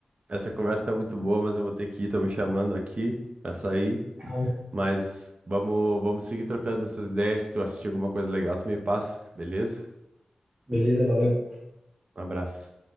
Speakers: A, on the right; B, on the right.
A: essa conversa tá muito boa, mas eu vou ter que ir, tô me chamando aqui pra sair.
B: Ah,
A: Mas vamos, vamos seguir trocando essas ideias. Se tu assistir alguma coisa legal, tu me passa, beleza?
B: Beleza, valeu.
A: Um abraço.